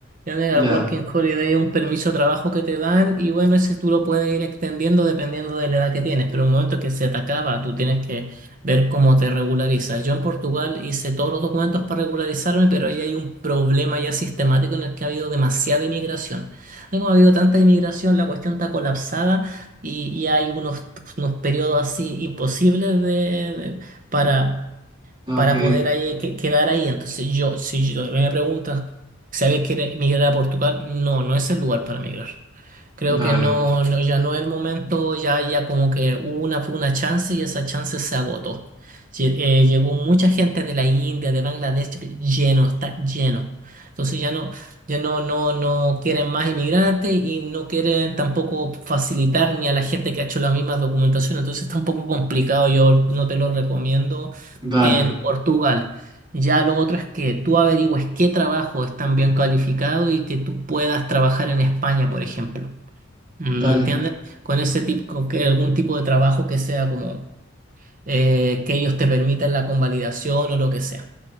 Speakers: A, on the right; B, on the right.
A: Ya de
B: Ya,
A: La working holiday es un permiso de trabajo que te dan y bueno, ese tú lo puedes ir extendiendo dependiendo de la edad que tienes, pero en el momento que se te acaba, tú tienes que ver cómo te regularizas. Yo en Portugal hice todos los documentos para regularizarme, pero ahí hay un problema ya sistemático en el que ha habido demasiada inmigración. Como ha habido tanta inmigración, la cuestión está colapsada y, y hay unos unos periodos así imposibles de, de- para,
B: ok,
A: para poder ahí, que- quedar ahí. Entonces yo, si yo, me preguntas, ¿sabes que migrar a Portugal? No, no es el lugar para migrar. Creo
B: dale,
A: que no, no, ya no es el momento, ya, ya como que hubo una, fue una chance y esa chance se agotó. Lle- eh, llegó mucha gente de la India, de Bangladesh, lleno, está lleno. Entonces ya no, ya no, no, no quieren más inmigrantes y no quieren tampoco facilitar ni a la gente que ha hecho la misma documentación. Entonces está un poco complicado, yo no te lo recomiendo
B: dale,
A: en Portugal. Ya lo otro es que tú averigües qué trabajo es tan bien calificado y que tú puedas trabajar en España, por ejemplo. Mm,
B: dale.
A: ¿Me entiendes? Con ese tipo, con que algún tipo de trabajo que sea como eh, que ellos te permitan la convalidación o lo que sea.